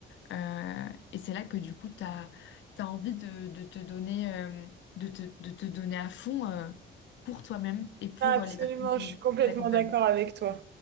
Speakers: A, on the left; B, on the right.
A: Euh, et c'est là que du coup, tu as, envie de, de te donner, euh, de te, de te donner à fond, euh, pour toi-même et pour
B: Non, absolument,
A: euh, les personnes qui
B: je suis complètement
A: qui t'accompagnent.
B: d'accord avec toi.